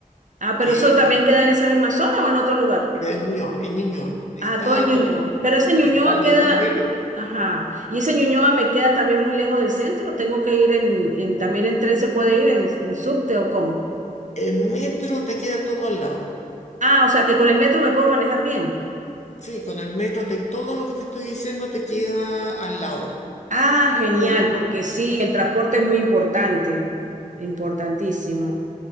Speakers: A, on the right; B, on the left.
A: Ah, pero
B: que
A: eso también queda en esa misma zona o en otro lugar.
B: es Ñuñoa, en Ñuñoa. Está
A: Ah, todo en Ñuñoa.
B: todo.
A: Pero ese Ñuñoa
B: Está la
A: queda,
B: iglesia.
A: ajá. Y ese Ñuñoa me queda también muy lejos del centro. Tengo que ir en, en- también en tren se puede ir, en, en subte o cómo.
B: El metro te queda todo al lado.
A: Ah, o sea, que con el metro me puedo manejar bien.
B: Sí, con el metro te- todo lo que te estoy diciendo te queda al lado.
A: Ah, genial,
B: Sí.
A: porque sí, el transporte es muy importante, importantísimo.